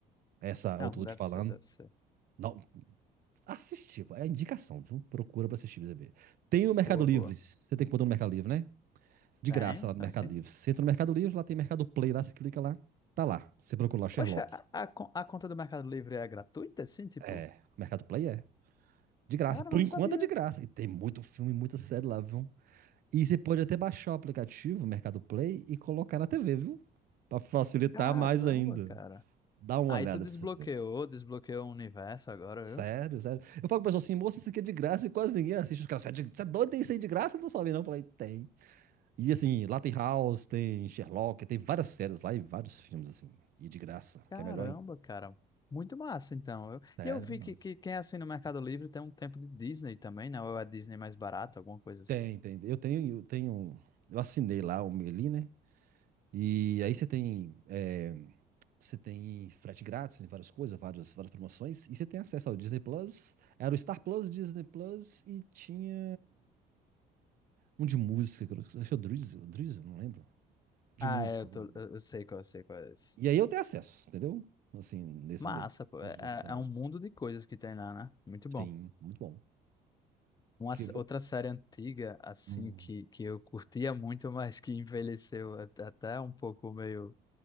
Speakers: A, on the right (about 60°); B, on the left (about 25°).
A: Essa
B: Não,
A: outra que
B: deve
A: eu tô te falando.
B: ser, deve ser.
A: Não, Assistir, é indicação, viu? Procura pra assistir, pra você ver. Tem o Mercado
B: Boa,
A: Livre,
B: boa.
A: você tem conta no Mercado Livre, né? De
B: Tenho,
A: graça
B: então
A: lá no Mercado
B: sim.
A: Livre. Você entra no Mercado Livre, lá tem Mercado Play, lá você clica lá, tá lá. Você procura lá Sherlock.
B: Oxe, a, a, con- a conta do Mercado Livre é gratuita, assim, tipo?
A: É, o Mercado Play é. De graça,
B: Cara,
A: por
B: não
A: enquanto
B: sabia.
A: é de graça. E tem muito filme, muita série lá, viu? E você pode até baixar o aplicativo, Mercado Play, e colocar na TV, viu? Pra facilitar
B: Caramba,
A: mais ainda.
B: cara.
A: Dá uma
B: Aí
A: olhada
B: tu desbloqueou,
A: pra você ver.
B: desbloqueou o universo agora,
A: Sério,
B: viu?
A: sério. Eu falo pro pessoal assim, moça, isso aqui é de graça e quase ninguém assiste. Os caras, você é de- você é doido, tem isso aí de graça? Eu Não sabe não. Eu falei, tem. E assim, lá tem House, tem Sherlock, tem várias séries lá e vários filmes, assim. E de graça,
B: Caramba,
A: que é melhor ainda.
B: cara. Muito massa, então. Eu-
A: Sério,
B: E eu, vi
A: nossa.
B: que, que quem é assim no Mercado Livre tem um tempo de Disney também, né? Ou é a Disney mais barata, alguma coisa assim.
A: Tem, tem. Eu tenho, eu tenho. um, Eu assinei lá o Meli, né? E aí você tem. é, você tem frete grátis, várias coisas, várias, várias promoções. E você tem acesso ao Disney Plus. Era o Star Plus, Disney Plus e tinha um de música. que eu- Acho que é o Drizzle, o Drizzle, não lembro. De
B: Ah,
A: música
B: é, eu,
A: também.
B: tô, eu eu sei qual, eu sei qual é esse.
A: E aí eu tenho acesso, entendeu? Assim, nesses
B: Massa,
A: aí.
B: pô.
A: A
B: É,
A: Disney
B: é
A: também.
B: é um mundo de coisas que tem lá, né? Muito bom.
A: Sim, muito bom.
B: Uma,
A: Que
B: s-
A: viu?
B: outra série antiga, assim,
A: Hum,
B: que, que eu curtia muito, <laughs> mas que envelheceu at- até um pouco meio